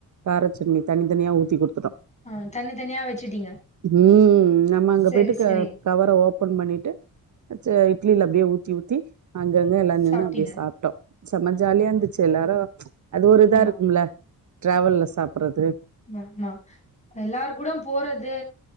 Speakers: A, on the right; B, on the left.
A: காரச் சட்னி தனி தனியா ஊத்தி குடுத்துட்டோ
B: ஆ தனி தனியா வச்சுட்டீங்க
A: ம் நம்ம அங்க
B: சரி
A: போயிட்டு க
B: சரி
A: கவர ஓபன் பண்ணிட்டு வெச்ச இட்லில அப்டியே ஊத்தி ஊத்தி அங்கங்க எல்லா நின்னு
B: சாப்ட்டீங்க
A: அப்டியே சாப்ட்டோ செம ஜாலியா இருந்துச்சு எல்லாரு அது ஒரு இதா
B: ஆமா
A: இருக்கும்ல ட்ரெவல்ல சாப்பறது
B: ம ஆமா எல்லாரு கூட போறது